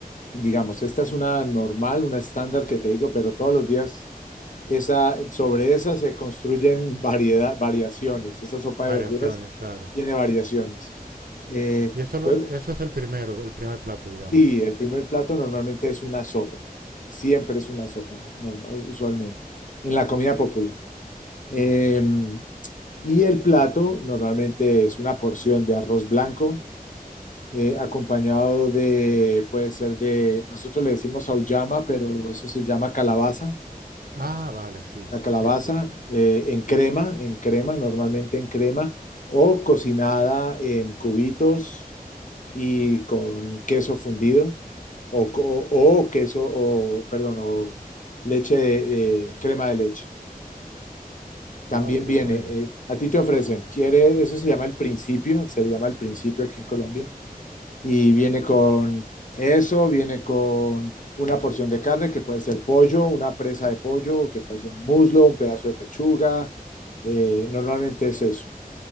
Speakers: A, on the left; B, on the right.
A: digamos, esta es una normal, una estándar que te digo, pero todos los días esa, sobre esa se construyen variedad, variaciones. Esa sopa
B: Variaciones,
A: de verduras
B: claro.
A: tiene variaciones. Eh,
B: Y eso, lo-
A: luego,
B: eso es el primero, el primer plato, digamos.
A: sí, el primer plato normalmente es una sopa. Siempre es una sopa, normal- usualmente, en la comida popular. Eh,
B: Ujú.
A: y el plato normalmente es una porción de arroz blanco, eh, acompañado de, puede ser de, nosotros le decimos auyama, pero eso se llama calabaza,
B: Ah, vale, sí,
A: la calabaza
B: sí, sí.
A: eh, en crema, en crema, normalmente en crema, o cocinada en cubitos y con queso fundido, o, co- o queso, o, perdón, o leche de, eh, crema de leche. También
B: Wow, qué
A: viene,
B: bueno.
A: eh, a ti te ofrecen, ¿quieres? Eso se llama el principio, se le llama el principio aquí en Colombia y viene con eso, viene con una porción de carne que puede ser pollo, una presa de pollo, que puede ser un muslo, un pedazo de pechuga, eh, normalmente es eso.